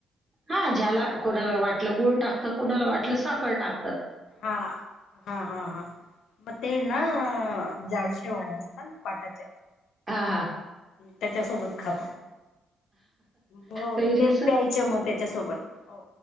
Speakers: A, on the right (about 30°); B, on the left (about 75°).
A: हा ज्याला, कोणाला वाटलं गुळ टाकतं. कोणाला वाटलं साख टाक
B: हा, हा, हा, हा, म तेना जड शिवाळ्या असत ना पाटाच्या
A: हा, हां,
B: त्याच्यासोबत खाता- हो,
A: कैरीचं?
B: ते प्यायचं, मग त्याच्यासोबत हो,